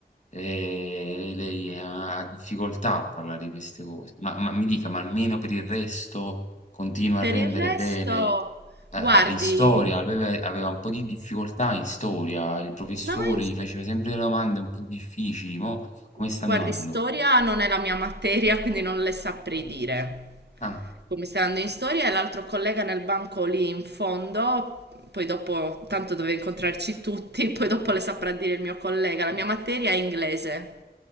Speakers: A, on the left (about 45°); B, on the right (about 80°).
A: eh, lei ha difficoltà a parlare di queste cose. Ma, ma mi dica, ma almeno per il resto continua
B: Per
A: a rendere
B: il resto,
A: bene A-
B: guardi,
A: a- in storia, lui ave- aveva un po' di difficoltà in storia, il professore
B: no, è-
A: gli faceva sempre delle domande un po' difficili, mo come sta
B: guardi,
A: andando?
B: storia non è la mia materia, quindi non le saprei dire.
A: Ah,
B: Come stai andando in storia e l'altro collega nel banco lì in fondo, poi dopo, tanto dove incontrarci tutti, <laughs> poi dopo le saprà dire il mio collega, la mia materia è inglese.